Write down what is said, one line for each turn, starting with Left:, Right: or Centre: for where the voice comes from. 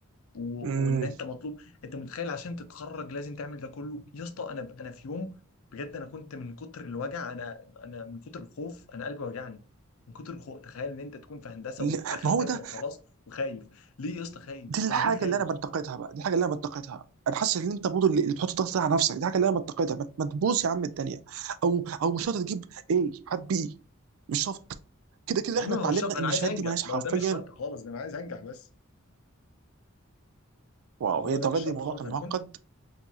Left: و...
Right: مم.
Left: وإن أنت مطلوب أنت متخيل عشان تتخرج لازم تعمل ده كله يا اسطى أنا ب... أنا في يوم بجد أنا كنت من كتر الوجع أنا أنا من كتر الخوف أنا قلبي وجعني من كتر الخوف تخيل إن أنت تكون في هندسة
Right: لا،
Left: وفي آخر
Right: ما هو
Left: ترم
Right: ده
Left: وخلاص وخايف ليه يا اسطى خايف
Right: دي الحاجه
Left: أنا ليه خايف
Right: اللي انا بنتقدها بقى دي الحاجه اللي انا بنتقدها انا حاسس ان انت برضه اللي اللي بتحط ضغط ده على نفسك دي الحاجه اللي انا بنتقدها ما ما تبوظ يا عم الدنيا او او مش شرط تجيب ايه هات بي مش شرط كده كده
Left: يعني
Right: احنا
Left: ما
Right: اتعلمنا
Left: هو مش شرط انا
Right: ان
Left: عايز
Right: الشهادات
Left: انجح
Right: دي ملهاش حرفيا
Left: ما هو ده مش شرط خالص ده انا عايز انجح بس
Right: واو
Left: ما هو
Right: هي
Left: ده
Right: درجة
Left: مش
Right: دي
Left: شرط
Right: الموضوع
Left: خالص
Right: كان
Left: انا
Right: معقد
Left: كنت